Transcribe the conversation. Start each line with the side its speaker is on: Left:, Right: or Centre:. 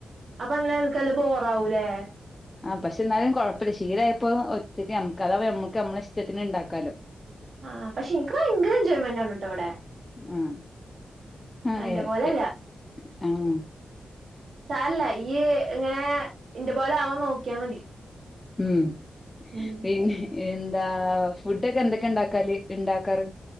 Right: നല്ല <unintelligible> ബോറാവൂലെ
Left: ആ പക്ഷെ ന്നാലും കൊഴപ്പല്ല ശീലായപ്പോ ഒറ്റയ്ക്ക് നമ്മക്ക് അതാ നമ്മക്ക് നമ്മളെ ഇഷ്ടത്തിന് ഇണ്ടാക്കാലോ
Right: ആഹ് പക്ഷെ ഇനിക്ക് ഭയങ്കര എൻജോയ്മെന്റ് ആണ് ട്ടോ ഇവിടെ
Left: ആഹ് ആഹ്
Right: അന്റെ
Left: എ
Right: പോലെല്ല
Left: എ ആഹ
Right: സാരല്ല ഈയ്യ് ഇങ്ങനെ ഇന്റെ പോലെ ആവാൻ നോക്കിയാൽ മതി
Left: ഉം
Right: ഉം
Left: പിന്നെ എന്താ ഫുഡ ഒക്കെ എന്തൊക്കെ ഇണ്ടാക്കാല് ഇണ്ടാക്കാറ്